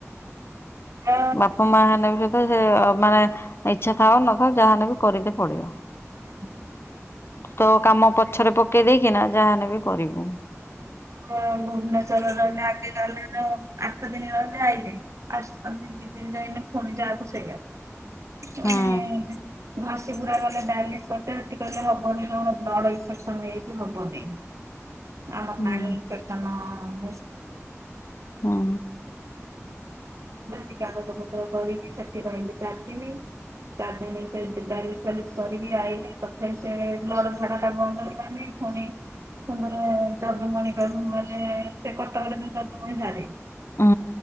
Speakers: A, on the right; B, on the left.
A: ଆ
B: ବାପ ମା ହେନେ ବି ସହିତ ସେ ମାନେ ଇଛା ଥାଉ ନଥାଉ ଯାହାହେଲେ ବି କରିତେ ପଡିବ।
A: <inaudible>
B: ତୁ ତୋ କାମ ପଛରେ ପକେଇ ଦେଇକିନା ଯାହେନେ ବି କରିବୁ।
A: ହଁ ଭୁବନେଶ୍ୱର ରହିଲେ <inaudible> ଆଠ ଦିନ ରହିଲେ ଆଇଲେ <unintelligible> ଦି ଦିନ ଯାଇନି ଫୁଣି ଯାହାକୁ ସେଇଆ। <unintelligible>
B: ହୁଁ
A: ଘସି ପୁରା କଲେ ଡାଇଲିସ୍ <unintelligible> ସେଠି କହିଲେ ହବନି ତମର ବ୍ଲଡ ଇନଫେକ୍ସନ ହେଇ ଯାଇଚି ହବନି। ଆମ
B: ହୁଁ
A: ପାଣି <inaudible> ଦିନ ଗଲା
B: ହୁଁ।
A: ସେ କାଗଜ ପତ୍ର କରିକି ସେଠି <unintelligible> ଚାରିିଦିନି। ଚାର ଦିନ ସେଇଠି ଡାଇଲିସ୍ ଫାଇଲିସ୍ କରିକି ଆଇଲେ ତଥାପି ସେ ବ୍ଲଡ ଝାଡାଟା ବନ୍ଦ ହେ ଲା ନେଇଁ ଫୁଣି ଫୁଣି ଥରେ ଯଦୁମଣି ପାଖୁକୁ ଗଲେ, ସେ କଟକ ରେ ଯୋଉ ଯଦୁମଣି ସାରେ
B: ହୁଁ